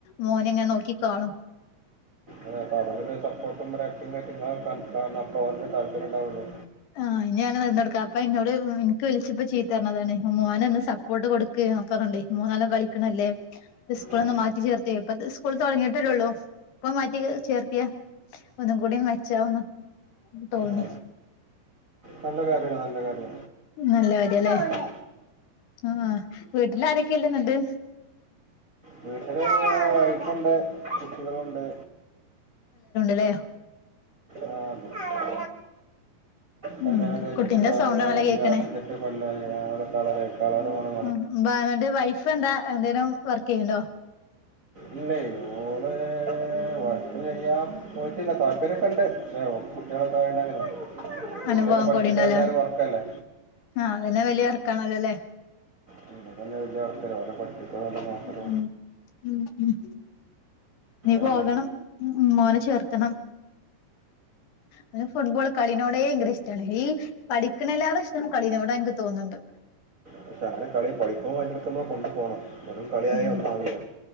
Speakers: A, on the left (about 70°); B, on the right (about 55°).
A: മോന് ഇങ്ങനെ നോക്കി കാണും
B: അതെ പലരെ സപ്പോർട്ടും <unintelligible> ഇങ്ങളെ കൺ ഏഹ് ഇന്നാ അപ്പോ ഓന് താല്പര്യം ഇണ്ടാവൊള്ളു
A: ആഹ് ഇഞ് ഞാന് അഹ് പർഞ്ഞൊട്ക്കാ അപ്പ അഹ് ഇന്നോട് ഇൻ ക്ക് വിൾച്ചപ്പോ ചീത്ത പറഞ്ഞതാണ് ഓനെ ഒന്ന് സപ്പോട്ട് കൊട്ക്ക് ന്നൊക്കെ പർണാണ്ടെയ് മോ നല്ലോം കളിക്ക്ണെ അല്ലെ ഇസ്ക്കൂളൊന്ന്
B: ആ.
A: മാറ്റി ചേർത്തി ഇപ്പതെ ഇസ്ക്കൂൾ തൊട്ങ്ങീട്ട് അല്ലെ ഒള്ളു ഇപ്പ മാറ്റി ചേർത്തിയാ ഒന്നും കൂടി മെച്ചാവുന്ന് തോന്നി
B: ആ. നല്ല കാര്യ ആണ് നല്ല കാര്യ
A: നല്ല കാര്യല്ലേ
B: ആണ്
A: ആഹ് വീട്ട്ൽ ആരൊക്കെ ഇല്ലെയ് ഇന്നെട്ട്
B: വീട്ട്ൽ വൈഫ് ഇണ്ട് കുട്ടികളുണ്ട്
A: തെ ഓ
B: ആഹ് കല്യാണം
A: ഉം
B: കഴ്ഞ്ഞ്ട്ട്
A: കുട്ടീന്റെ
B: ഒര് ആറ്
A: സൗണ്ടാണല്ലോ
B: അഞ്ചാ
A: കേക്കണേ
B: അഞ്ചെ ട്ട് കൊല്ലായി ആൾ കളെറ് ചെ കളെറ് മാണം
A: ഉം ബാ ഇന്നെട്ട് വൈഫ് എന്താ എന്തെലും വർക്ക് ചെയ്യ്ണ്ടോ?
B: ഇല്ലെയ് ഓൾ വർക്ക് ചെയ്യാൻ പോയിട്ട് ഇല്ല താല്പര്യം ഒക്കെ ഇണ്ട് <unintelligible> ഓക്ക് കുട്ടിയാളൊക്കെ ആയോണ്ട് അങ്ങനെ
A: അനുഭവം
B: കുട്ടിയാളെ പഠിപ്പിക്ക്ണെ
A: കൂടി ഉണ്ടല്ലോ
B: എന്തായാലും വർക്ക് അല്ലെ
A: ആഹ് അതന്നെ വലിയ വർക്കാണല്ലോ ല്ലേ
B: പിന്നെ തന്നെ <unintelligible> അവിടെ പഠിപ്പിക്ക നോക്ക
A: ഉം ഉം ഉം നീ
B: ആന്ന
A: പോകണം മോനെ ചേർക്കണം മോന് ഫുട്ബോൾ നോട് ഭയങ്കര ഇഷ്ടമാണ് ഈ പഠിക്കണ ലേറെ ഇഷ്ടം കളിനോട് എനിക്ക് തോന്നുന്നുണ്ട്
B: പക്ഷെ അങ്ങനെ കളി പഠിപ്പും അതിൻ്റെ ഇടക്ക് കൊണ്ടു പോകണം വെറും കളിയായ
A: ഉം
B: ഒന്നും ആവില്ല